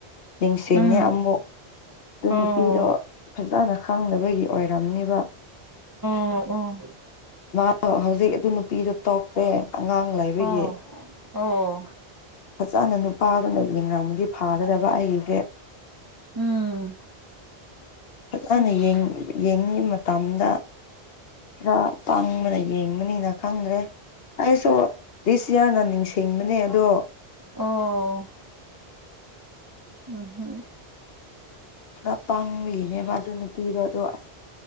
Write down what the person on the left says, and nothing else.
ꯅꯤꯡꯁꯤꯡꯉꯦ
ꯑꯃꯨꯛ ꯑꯗꯨ
ꯅꯨꯄꯤꯗꯣ ꯐꯖꯅ ꯈꯪꯗꯕꯒꯤ ꯑꯣꯏꯔꯝꯅꯤꯕ
ꯑ ꯍꯧꯖꯤꯛ ꯑꯗꯨ ꯅꯨꯄꯤꯗꯨꯣ ꯇꯣꯛꯈ꯭ꯔꯦ ꯑꯉꯥꯡ ꯂꯩꯕꯒꯤ
ꯐꯖꯅ ꯅꯨꯄꯥꯗꯨꯅ ꯌꯦꯡꯉꯝꯗꯤ ꯐꯥꯒꯗꯕ ꯑꯩꯁꯦ
ꯐꯖꯅ
ꯌꯦꯡꯂꯤꯉꯕ ꯃꯇꯝꯗ ꯈꯔ ꯄꯥꯡꯕꯅ ꯌꯦꯡꯕꯅꯤꯅ ꯈꯪꯗ꯭ꯔꯦ ꯑꯩꯁꯨ ꯗꯤꯁꯌꯥꯔꯅ ꯅꯤꯡꯁꯤꯡꯕꯅꯦ ꯑꯗꯣ
ꯄꯨꯔ ꯄꯥꯡꯕꯅꯦꯕ ꯑꯗꯨ ꯅꯨꯄꯤꯗꯣ ꯑꯁ